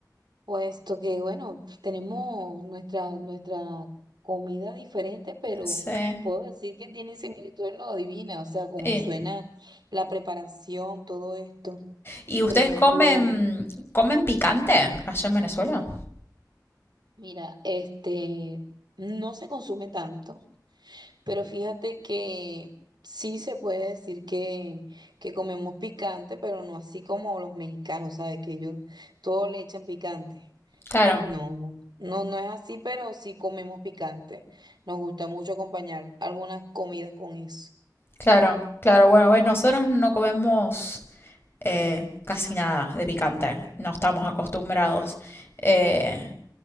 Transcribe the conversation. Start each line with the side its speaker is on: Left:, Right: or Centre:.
Right: puesto que, bueno, tenemos nuestra, nuestra comida diferente, pero
Left: sí.
Right: puedo decir que tiene similitud en lo divina, o sea, como
Left: Eh,
Right: suena la preparación, todo esto.
Left: ¿Y ustedes
Right: Por ejemplo,
Left: comen, comen picante allá en Venezuela?
Right: mira, este no se consume tanto, pero fíjate que sí se puede decir que, que comemos picante, pero no así como los mexicanos, ¿sabes? Que ellos todo le echan picante.
Left: Claro,
Right: Pues no, no, no, no es así, pero sí comemos picante. Nos gusta mucho acompañar algunas comidas con eso.
Left: claro, claro. Bueno, ves, nosotros no comemos eh, casi nada de picante. No estamos acostumbrados. Eh,